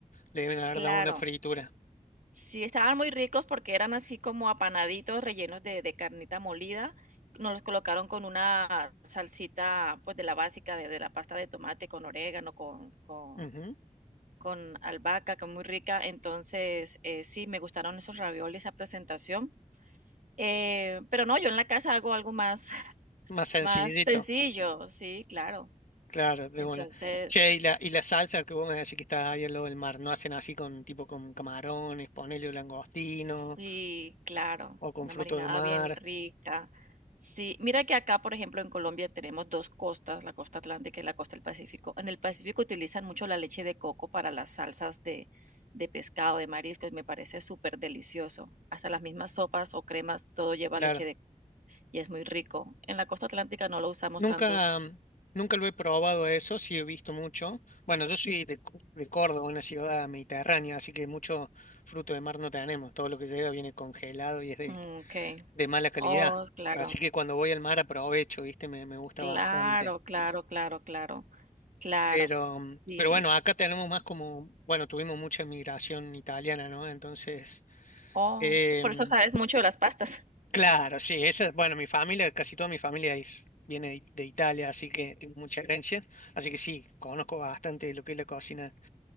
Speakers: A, on the left; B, on the right.
A: Le deben haber
B: Claro,
A: dado una fritura.
B: sí, estaban muy ricos porque eran así como apanaditos rellenos de, de carnita molida. Nos los colocaron con una salsita, pues de la básica, de, de la pasta de tomate, con orégano, con, con,
A: Ujú,
B: con albahaca, que es muy rica. Entonces, eh, sí, me gustaron esos raviolis, esa presentación. Eh, pero no, yo en la casa hago algo más, <laughs>
A: Más sencillito.
B: más sencillo, sí, claro.
A: Claro, de
B: Entonces,
A: una. Che, y la, y la salsa que vos me decís que está ahí al lado del mar, ¿no hacen así con tipo con camarones, ponele o langostino
B: Sí, claro,
A: o con
B: una
A: frutos
B: marinada
A: de mar?
B: bien rica. Sí, mira que acá, por ejemplo, en Colombia tenemos dos costas, la costa atlántica y la costa del Pacífico. En el Pacífico utilizan mucho la leche de coco para las salsas de, de pescado, de mariscos, y me parece súper delicioso. Hasta las mismas sopas o cremas, todo lleva
A: Claro.
B: leche de coco y es muy rico. En la costa atlántica no lo usamos
A: Nunca,
B: tanto.
A: mm, nunca lo he probado eso, sí he visto mucho. Bueno, yo soy de, Cu- de Córdoba, una ciudad mediterránea, así que mucho fruto de mar no tenemos. Todo lo que llega viene congelado y es de,
B: Mm, Ok,
A: de mala calidad.
B: oh, claro,
A: Así que cuando voy al mar aprovecho, ¿viste? Me, me gusta
B: claro,
A: bastante.
B: claro, claro, claro, claro,
A: Pero, mm,
B: sí.
A: pero bueno, acá tenemos más como, bueno, tuvimos mucha inmigración italiana, ¿no? Entonces,
B: Oh,
A: em,
B: tú por eso sabes mucho de las pastas.
A: claro, sí, esa, bueno, mi familia, casi toda mi familia es- viene de, de Italia, así que tengo mucha herencia, así que sí, conozco bastante de lo que es la cocina